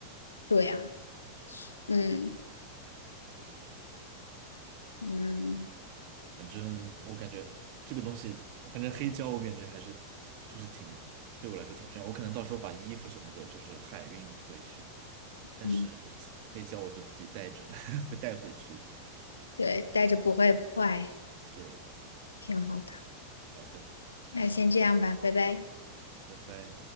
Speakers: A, on the left; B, on the right.
A: 对呀，嗯嗯
B: 反正我感觉这个东西，反正黑胶我感觉还是就是挺对我来说挺重要，我可能到时候把衣服什么的，就是海运回去，但是黑胶我就自己带着
A: 嗯，
B: <laughs> 会带回去的。
A: 对，带着不会坏，
B: 对，
A: 挺好的。
B: 好的，
A: 那先这样吧，拜拜。
B: 拜拜。